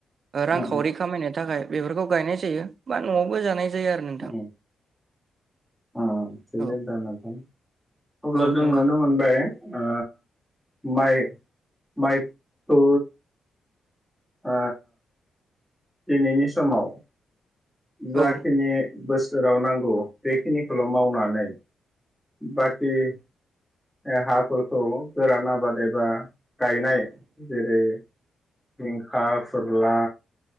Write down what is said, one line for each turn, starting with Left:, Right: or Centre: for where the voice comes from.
Right: ओ रांखाउरि
Centre: उम
Right: खामायनो थाखाय बेफोरखौ गायनाय जायो बा न'आवबो जानाय जायो आरो नोंथां
Centre: ओम ओ थिगैनो
Right: औ
Centre: दं नोंथां अब्ला
Right: औ
Centre: जों
Right: नंगौ
Centre: नुनो मोनबाय ओ माइ माइखौ ओ दिनैनि समाव जाखिनि
Right: औ
Centre: बोस सोराव नांगौ बेखिनिखौल' मावनानै बाखि ओ हाफोरखौ गोरान आबाद एबा गायनाय जेरै जिंखा, फोर्ला